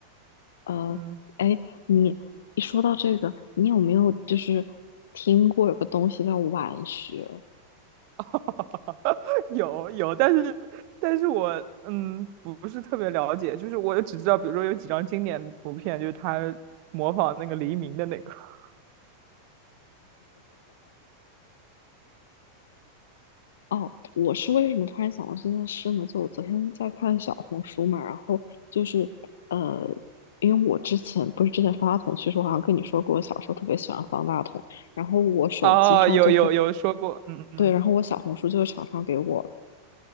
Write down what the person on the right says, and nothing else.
嗯。
<laughs> 有有，但是但是我嗯不是特别了解，就是我只知道，比如说有几张经典的图片，就是他模仿那个黎明的那个。<laughs>
哦，有有有说过，嗯嗯